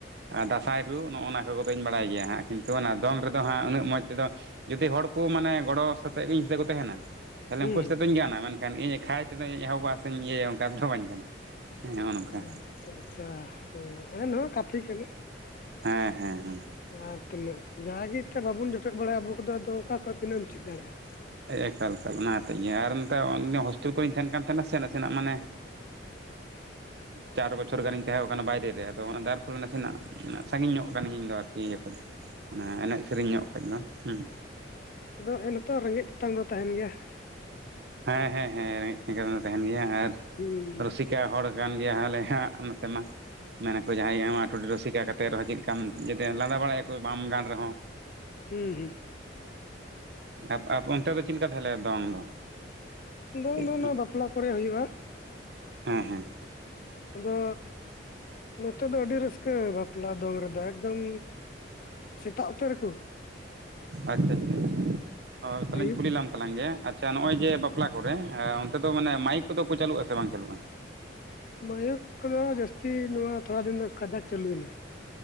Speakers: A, on the right (about 60°); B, on the left (about 45°).
A: ᱫᱟᱸᱥᱟᱭ ᱨᱩ ᱱᱚᱜᱼᱱᱟ ᱠᱚᱫᱩᱧ ᱵᱟᱲᱟᱭ ᱜᱮᱭᱟ ᱦᱟᱸᱜ ᱠᱤᱱᱛᱩ ᱚᱱᱟ ᱫᱚᱝ ᱨᱮᱫᱚ ᱦᱟᱸᱜ ᱩᱱᱟᱹᱜ ᱢᱚᱡᱽ ᱛᱮᱫᱚ ᱡᱩᱚᱫᱤ ᱦᱚᱲ ᱠᱚ ᱢᱟᱱᱮ ᱜᱚᱲᱚ ᱥᱟᱛᱮᱜ ᱤᱧ ᱥᱟᱛᱮᱜ ᱠᱚ ᱛᱟᱦᱮᱱᱟ ᱛᱟᱦᱞᱮ
B: ᱦᱩᱸ
A: ᱩᱱᱠᱩ ᱥᱟᱛᱮᱜ ᱫᱚᱧ ᱜᱟᱱᱟ ᱢᱮᱱᱠᱷᱟᱱ ᱤᱧ ᱮᱠᱷᱟᱭ ᱛᱮᱫᱚ ᱤᱧ ᱮᱦᱚᱵᱟ ᱥᱮᱧ ᱤᱭᱟᱹᱭᱟ ᱚᱱᱠᱟ ᱫᱚ ᱵᱟᱹᱧ ᱜᱟᱱᱟ ᱦᱮᱸ ᱱᱚᱜᱼᱚ ᱱᱚᱝᱠᱟ
B: ᱟᱪᱪᱷᱟ ᱟᱪᱪᱷᱟ ᱮᱱᱦᱚᱸ ᱠᱟᱛᱷᱤ ᱠᱟᱱᱟ
A: ᱦᱮᱸ ᱦᱮᱸ ᱦᱩ
B: ᱟᱨ ᱛᱤᱱᱟᱹᱜ ᱡᱟᱸᱦᱟ ᱜᱤ ᱛᱮᱫ ᱵᱟᱵᱚᱱ ᱡᱚᱴᱮᱫ ᱵᱟᱲᱟᱭᱟ ᱟᱵᱚ ᱠᱚᱫᱚ ᱟᱫᱚ ᱚᱠᱟ ᱠᱷᱚᱱ ᱟᱫᱚ ᱛᱤᱱᱟᱹᱜ ᱮᱢ ᱪᱮᱫ ᱫᱟᱲᱮᱭᱟᱜᱼᱟ
A: ᱮᱠᱟᱞ ᱮᱠᱟᱞ ᱚᱱᱟ ᱟᱛᱮᱫ ᱜᱮ ᱟᱨ ᱱᱤᱛᱳᱜ ᱦᱳᱥᱴᱮᱞ ᱠᱚᱨᱮᱧ ᱛᱟᱦᱮᱱ ᱠᱟᱱ ᱛᱟᱦᱮᱱᱟ ᱥᱮ ᱱᱟᱥᱮᱱᱟᱜ ᱢᱟᱱᱮ ᱪᱟᱨ ᱵᱚᱪᱷᱚᱨ ᱜᱟᱱᱤᱧ ᱛᱟᱦᱮᱸ ᱠᱟᱱᱟ ᱵᱟᱭᱨᱮ ᱨᱮ ᱟᱫᱚ ᱚᱱᱟ ᱡᱟᱨ ᱯᱷᱚᱞᱮ ᱱᱟᱥᱮᱱᱟᱜ ᱢᱟᱱᱮ ᱥᱟᱺᱜᱤᱧ ᱧᱚᱜ ᱠᱟᱹᱱᱤᱧ ᱤᱧᱫᱚ ᱟᱨᱠᱤ ᱤᱭᱟᱹ ᱠᱷᱚᱡ ᱫᱚ ᱢᱟᱱᱮ ᱮᱱᱮᱡ ᱥᱮᱨᱮᱧ ᱧᱚᱜ ᱠᱷᱚᱱ ᱫᱚ ᱦᱚᱸ
B: ᱟᱫᱚ ᱦᱮ ᱱᱤᱛᱚᱜ ᱨᱮᱸᱜᱮᱡ ᱛᱮᱛᱟᱝ ᱫᱚ ᱛᱟᱦᱮᱱ ᱜᱮᱭᱟ
A: ᱦᱮᱸ ᱦᱮᱸ ᱦᱮᱸ ᱨᱮᱸᱜᱮᱡ ᱛᱮᱛᱟᱝ ᱫᱚ ᱛᱟᱦᱮᱱ ᱜᱮᱭᱟ ᱟᱨ
B: ᱦᱩᱸ
A: ᱯᱮ ᱦᱚᱲ ᱜᱟᱱ ᱡᱟᱸᱦᱟ ᱞᱮᱠᱟ ᱱᱚᱛᱮ ᱢᱟ ᱢᱮᱱᱟᱠᱚᱸ ᱡᱟᱦᱟᱸᱭ ᱴᱩᱰᱩ ᱨᱩᱥᱤᱠᱟ ᱠᱟᱱᱟᱭ ᱛᱮ ᱨᱮᱸᱦᱚ ᱪᱮᱫ ᱠᱟᱢ ᱡᱟᱛᱮ ᱞᱟᱸᱫᱟ ᱵᱟᱲᱟᱭᱟᱠᱚ ᱵᱟᱢ ᱜᱟᱱ ᱨᱮᱸᱦᱚ
B: ᱦᱩᱸ ᱦᱩᱸ
A: ᱛᱟ ᱯᱚᱨᱮ ᱚᱱᱛᱮ ᱫᱚ ᱪᱮᱫ ᱞᱮᱠᱟ ᱛᱟᱦᱮᱞᱮ ᱫᱚᱝ ᱫᱚ
B: ᱫᱚᱝ
A: ᱠᱟᱹᱡ
B: ᱫᱚ ᱱᱚᱣᱟ ᱵᱟᱯᱞᱟ ᱠᱚᱨᱮ ᱦᱩᱭᱩᱜᱼᱟ
A: ᱦᱮᱸ ᱦᱮᱸ
B: ᱟᱫᱚ ᱱᱚᱛᱮ ᱫᱚ ᱟᱹᱰᱤ ᱨᱟᱹᱥᱠᱟᱹ ᱵᱟᱯᱞᱟ ᱫᱚᱝ ᱨᱮᱫᱚ ᱮᱠᱫᱚᱢ ᱥᱮᱛᱟᱜ ᱩᱛᱟᱹᱨᱟᱠᱩ
A: ᱟᱪᱪᱷᱟ ᱟᱪᱪᱷᱟ ᱟᱪᱪᱷᱟ ᱚ ᱛᱟᱦᱚᱞᱮᱧ
B: ᱟᱹᱭᱩᱵ
A: ᱠᱩᱞᱤᱞᱮᱢ ᱛᱟᱞᱟᱝ ᱜᱮ <unintelligible> ᱟᱪᱪᱷᱟ ᱱᱚᱜᱼᱚᱭ ᱡᱮ ᱵᱟᱯᱞᱟ ᱠᱚᱨᱮ ᱚᱱᱛᱮ ᱫᱚ ᱢᱟᱱᱮ ᱢᱟᱭᱤᱠ ᱠᱚᱫᱚ ᱠᱚ ᱪᱟᱹᱞᱩᱜᱼᱟ ᱥᱮ ᱵᱟᱝ ᱪᱟᱹᱞᱩᱜᱼᱟ?
B: ᱢᱟᱭᱤᱠ ᱠᱚᱫᱚ ᱡᱟᱹᱥᱛᱤ ᱱᱚᱣᱟ ᱛᱷᱚᱲᱟ ᱫᱤᱱ ᱫᱚ ᱠᱟᱡᱟᱠ ᱪᱟᱹᱞᱩᱭᱮᱱᱟ